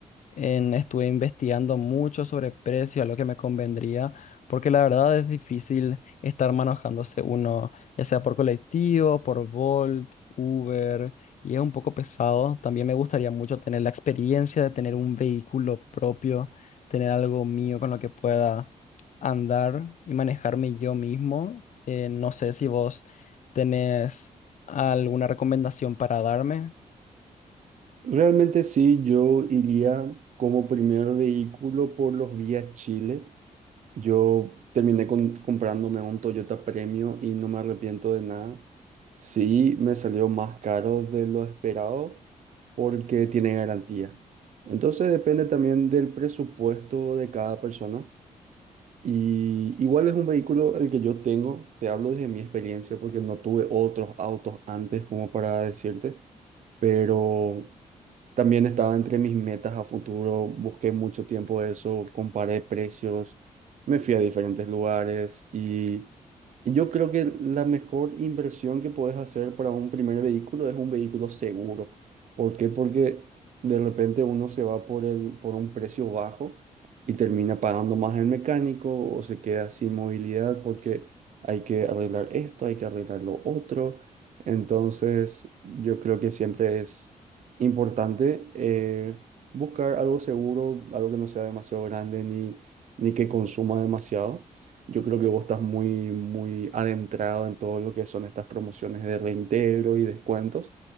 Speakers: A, on the left; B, on the right.
A: En, estuve investigando mucho sobre precio, a lo que me convendría, porque la verdad es difícil estar manejándose uno, ya sea por colectivo, por Bolt, Uber, y es un poco pesado. También me gustaría mucho tener la experiencia de tener un vehículo propio, tener algo mío con lo que pueda andar y manejarme yo mismo. Eh, no sé si vos tenés alguna recomendación para darme.
B: Realmente sí, yo iría como primer vehículo por los Vía Chile. Yo terminé con- comprándome un Toyota Premio y no me arrepiento de nada. Sí, me salió más caro de lo esperado porque tiene garantía. Entonces depende también del presupuesto de cada persona. Y igual es un vehículo el que yo tengo, te hablo desde mi experiencia porque no tuve otros autos antes como para decirte, pero también estaba entre mis metas a futuro, busqué mucho tiempo eso, comparé precios, me fui a diferentes lugares y yo creo que la mejor inversión que puedes hacer para un primer vehículo es un vehículo seguro. ¿Por qué? Porque de repente uno se va por el, por un precio bajo y termina pagando más el mecánico o se queda sin movilidad porque hay que arreglar esto, hay que arreglar lo otro. Entonces, yo creo que siempre es importante eh, buscar algo seguro, algo que no sea demasiado grande ni, ni que consuma demasiado yo creo que vos estás muy, muy adentrado en todo lo que son estas promociones de reintegro y descuentos.